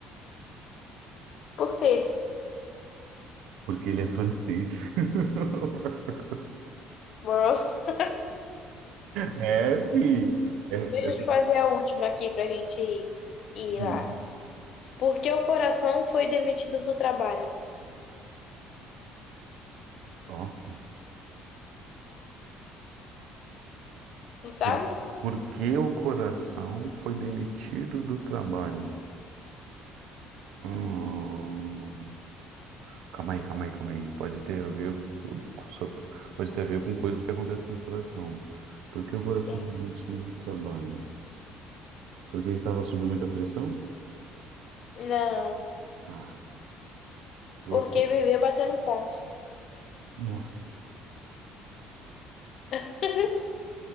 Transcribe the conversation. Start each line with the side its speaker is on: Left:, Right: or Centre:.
Left: Por quê?
Right: Porque ele é francês. <laughs>
Left: Moroso? <laughs>
Right: É, fi. É-
Left: Deixa
Right: é-
Left: eu te fazer a última aqui pra gente ir, ir
Right: hum,
Left: lá. Por que o coração foi demitido do trabalho?
Right: Nossa.
Left: Não sabe?
Right: Por, por que o coração foi demitido do trabalho? Hum, calma aí, calma aí, calma aí. Pode ter a ver com, com- só- pode ter a ver com coisas que acontecem com o coração. Por que o coração
Left: Sim.
Right: foi demitido do trabalho? Porque estava sob muita pressão?
Left: Não.
Right: Ah, por-
Left: Porque viver batendo ponto.
Right: nossa.
Left: <laughs>